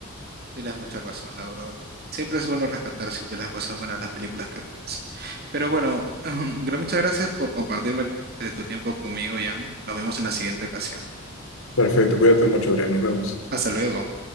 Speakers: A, on the right (about 45°); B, on the left (about 80°).
A: Tienes mucha razón, la verdad. Siempre es bueno rescatar siempre las cosas buenas, las películas que vemos. Pero bueno, <clears throat> gra- muchas gracias por compartirme de tu tiempo conmigo, Jan. Nos vemos en la siguiente ocasión.
B: Perfecto, cuídate mucho, Adrián, nos vemos.
A: Hasta luego.